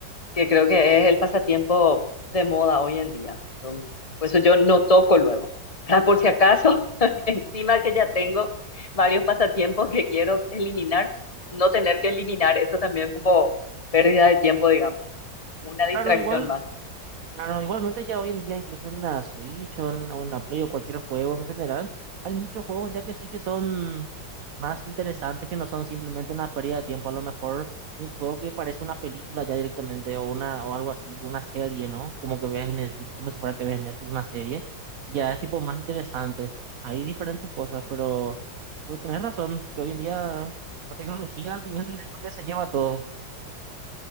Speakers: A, on the left; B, on the right.
A: que creo que es el pasatiempo de moda hoy en día. Todo el mundo- Por eso yo no toco luego. <laughs> Ah, por si acaso, <laughs> encima que ya tengo varios pasatiempos que quiero eliminar, no tener que eliminar eso también como pérdida de tiempo, digamos, una distracción
B: Claro, igual.
A: más.
B: Claro, igualmente ya hoy en día, incluso en la Switch o en una Play o cualquier juego en general, hay muchos juegos ya que sí que son más interesantes, que no son simplemente una pérdida de tiempo. A lo mejor un juego que parece una película ya directamente o una o algo así, una serie, ¿no? Como que veas en Netflix, como si fuera que veas en Netflix una serie. Y ya es tipo más interesante. Hay diferentes cosas, pero, pero tenés razón, que hoy en día la tecnología al final es lo que se lleva todo. <laughs>